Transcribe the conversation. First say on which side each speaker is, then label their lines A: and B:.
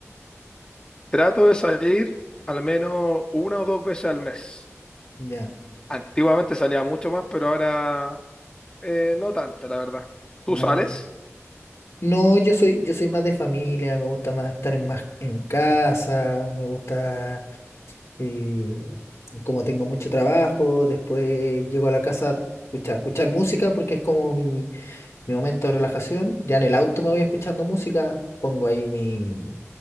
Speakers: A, on the left; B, on the left.
A: trato de salir al menos una o dos veces al mes.
B: Ya.
A: Antiguamente salía mucho más, pero ahora eh, no tanto, la verdad. ¿Tú
B: Ah,
A: sales?
B: No, yo soy, yo soy más de familia, me gusta más estar en más en casa, me gusta eh, como tengo mucho trabajo, después llego a la casa pucha, a escuchar música porque es como mi, mi momento de relajación. Ya en el auto me voy escuchando música, pongo ahí mi,